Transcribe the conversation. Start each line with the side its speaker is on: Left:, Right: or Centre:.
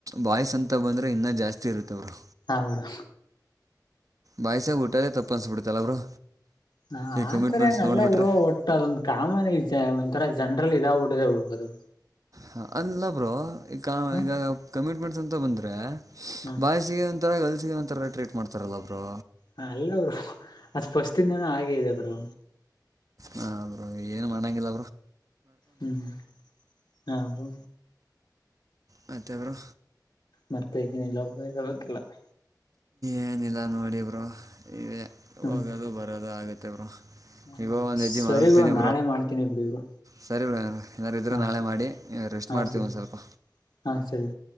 Right: ಬಾಯ್ಸ್ ಅಂತ ಬಂದ್ರೆ ಇನ್ನ ಜಾಸ್ತಿ ಇರುತ್ತೆ ಅವರು
Left: ಹಾ ಬ್ರೋ
Right: ಬಾಯ್ಸಾಗ ಊಟದೇ ತಪ್ಪ ಅನ್ಸ್ಬಿಡ್ತಲ್ಲ ಬ್ರೋ
Left: ಹ
Right: ಈ
Left: ಆತರ
Right: ಕಮಿಟ್ಮೆಂಟ್ಸ್
Left: ಏನಲ್ಲ
Right: ನೋಡಿಬಿಟ್ರೆ
Left: ಬ್ರೋ ಒಟ್ಟು ಅದೊಂದ ಕಾಮನ್ ಇರುತ್ತೆ ಒಂದು <unintelligible> ಥರ ಜನ್ರಲ್ ಇದಾಗ ಬಿಟ್ಟಿದೆ ಬ್ರೋ ಅದು
Right: ಹ ಅಲ್ಲ ಬ್ರೋ ಈ
Left: ಹ
Right: ಈಗ ಕಮಿಟ್ಮೆಂಟ್ಸ್ ಅಂತ ಬಂದ್ರೆ
Left: ಹ
Right: ಬಾಯ್ಸಿಗೆ <unintelligible> ಒಂರ ಗಲ್ಸಿಗೆ ಒಂಥರ ಟ್ರೀಟ್ ಮಾಡ್ತಾರಲ್ಲ ಬ್ರೋ
Left: ಹ ಅಲ್ಲ ಬ್ರೋ ಫಸ್ಟ್ ಇಂದನು ಹ ಹಾಗೆ ಇದೆ ಬ್ರೋ
Right: ಹ ಬ್ರೋ ಏನು ಮಾಡಂಗಿಲ್ಲ
Left: ಹ್ಮ್ ಹ ಬ್ರೋ
Right: ಮತ್ತ ಬ್ರೋ
Left: ಮತ್ತೆ ಇನ್ನೇನಿಲ್ಲ ಹೇಳಬೇಕು <unintelligible>
Right: ಏನು ಇಲ್ಲ ನೋಡಿ ಬ್ರೋ ಇವೆ <unintelligible>
Left: ಹ್ಮ್
Right: ಅದು ಆಗತ್ತೆ ಬ್ರೋ
Left: ಹ
Right: ಈಗ ಒಂದು ಹೆಜ್ಜೆ
Left: ಸರಿ
Right: ಮಲಗ್ತೀನಿ
Left: ಬ್ರೋ ನಾಳೆ ಮಾಡ್ತೇನಿ ಬಿಡಿ ಬ್ರೋ
Right: ಸರಿ ಬ್ರೋ ಏನಿದ್ದರೂ
Left: ಹಾ
Right: ನಾಳೆ ಮಾಡಿ ರೆಸ್ಟ್
Left: ಹಾ
Right: ಮಾಡ್ತೀವಿ
Left: ಸರಿ
Right: ಒಂದ ಸ್ವಲ್ಪ
Left: ಹಾ ಸರಿ